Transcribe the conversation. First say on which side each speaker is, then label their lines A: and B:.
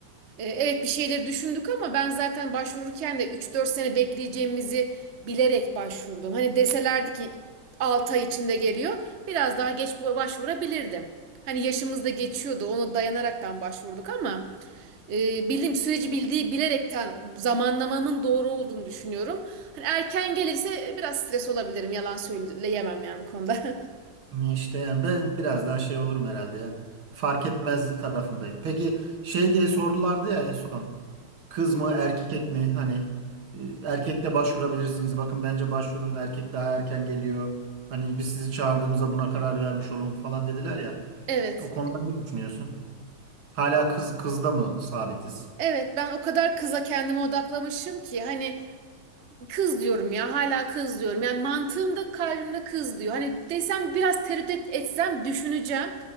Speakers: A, on the right (about 40°); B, on the right (about 75°).
A: E, Evet bir şeyleri düşündük ama ben zaten başvururken de üç dört sene bekleyeceğimizi bilerek başvurdum. Hani deselerdi ki 6 ay içinde geliyor biraz daha geç bu- başvurabilirdim. Hani yaşımız da geçiyordu ona dayanaraktan başvurduk ama e, bildiğim süreci bildiği bilerekten zamanlamamın doğru olduğunu düşünüyorum. Hani erken gelirse biraz stres olabilirim yalan söyleyemem yani bu konuda. <laughs>
B: İşte yani ben biraz daha şey olurum herhalde ya. Fark etmez tarafındayım. Peki şey diye sordulardı ya en son. Kız mı erkek mi? Hani e, erkek de başvurabilirsiniz. Bakın bence başvurun erkek daha erken geliyor. Hani biz sizi çağırdığımızda buna karar vermiş olun falan dediler ya.
A: Evet.
B: O konuda ne düşünüyorsun? Hala kız kızda mı sabitiz?
A: Evet ben o kadar kıza kendime odaklamışım ki hani Kız diyorum ya hala kız diyorum. Yani mantığımda kalbimde kız diyor. Hani desem biraz tereddüt etsem düşüneceğim.